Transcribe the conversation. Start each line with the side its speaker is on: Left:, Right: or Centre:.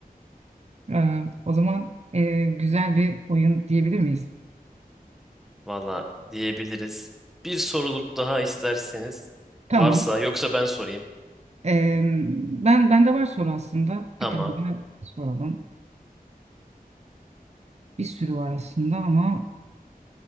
Right: Ee, o zaman ee, güzel bir oyun diyebilir miyiz?
Centre: Valla diyebiliriz. Bir soruluk daha isterseniz
Right: Tamam.
Centre: varsa yoksa ben sorayım.
Right: Ee, ben bende var soru aslında.
Centre: Tamam.
Right: Bir tane daha soralım. Bir sürü var aslında ama